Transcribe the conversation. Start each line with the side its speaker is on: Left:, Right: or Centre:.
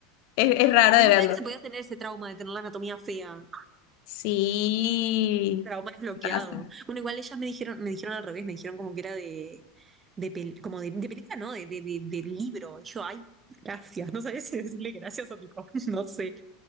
Left: es raro
Right: Ay,
Left: de
Right: no
Left: verlo.
Right: sabía que se podía tener ese trauma de tener la anatomía fea.
Left: Sí,
Right: Trauma desbloqueado.
Left: pasa.
Right: Bueno, igual ellas me dijeron, me dijeron al revés, me dijeron como que era de, de pel- como de, de película, ¿no? De, de, de- de libro. Y yo, ay, gracias. No sabía si decirle gracias o tipo, <laughs> no sé.